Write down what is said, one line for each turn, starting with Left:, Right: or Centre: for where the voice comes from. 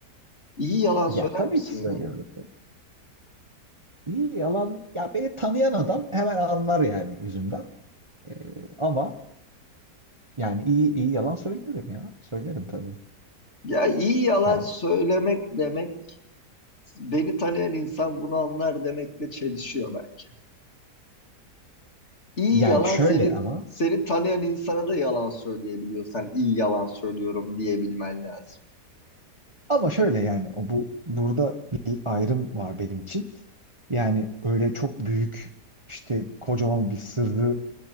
Left: İyi yalan
Right: ya
Left: söyler
Right: tabii
Left: misin
Right: ki söylüyorum.
Left: yani?
Right: İyi yalan ya beni tanıyan adam hemen anlar yani yüzümden. Ee, ama yani iyi iyi yalan söylerim ya. Söylerim tabii.
Left: Ya iyi yalan
Right: Yani
Left: söylemek demek beni tanıyan insan bunu anlar demekle çelişiyor belki. İyi
Right: yani
Left: yalan
Right: şöyle
Left: seni
Right: ama
Left: seni tanıyan insana da yalan söyleyebiliyorsan iyi yalan söylüyorum diyebilmen lazım.
Right: Ama şöyle yani o bu burada bir ayrım var benim için. Yani öyle çok büyük işte kocaman bir sırrı